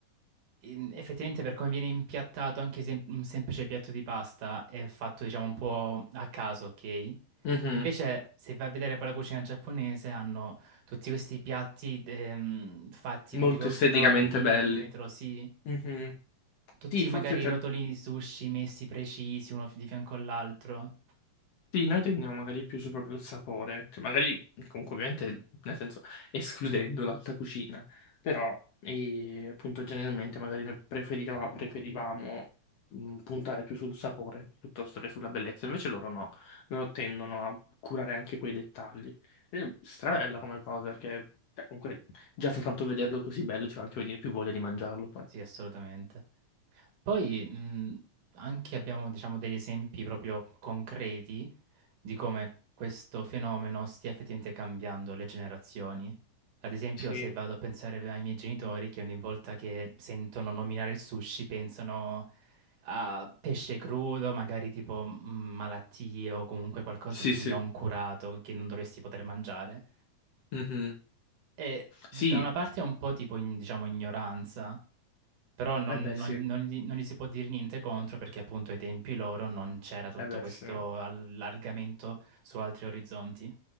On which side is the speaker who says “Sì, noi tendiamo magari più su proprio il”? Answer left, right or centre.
Left